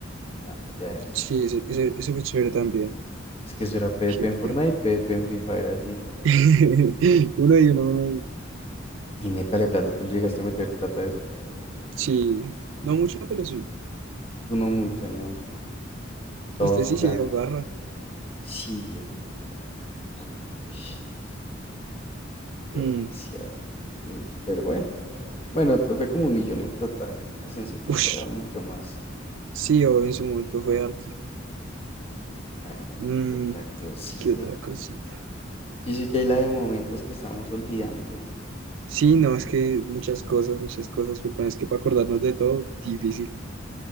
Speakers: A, on the left; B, on the right.
A: dándole a eso.
B: Sí, ese, ese- ese fue chévere también.
A: Es que eso era PvP
B: ¿Qué
A: en
B: otro?
A: Fortnite, PvP en Free Fire así.
B: <laughs> Uno y uno, uno y uno.
A: Y métale plata, ¿tú le llegaste a meter plata a eso?
B: Sí, no mucho, pero sí.
A: Tú no mucha, no. Todos
B: Usted sí
A: jugaban.
B: se dio garra.
A: Sí, yo le metí la de plata, uish, demasiada.
B: Mm.
A: Uy, pero bueno, bueno, t- fue como un millón en total. Pues en su tiempo
B: Ush.
A: era mucho más.
B: Sí, o en su momento fue harto.
A: A ver,
B: Mm,
A: qué otra cosita.
B: ¿Qué otra cosita?
A: Sí, sí que hay la de momentos que estábamos olvidando.
B: Sí, no, es que muchas cosas, muchas cosas, pero bueno, es que para acordarnos de todo, difícil.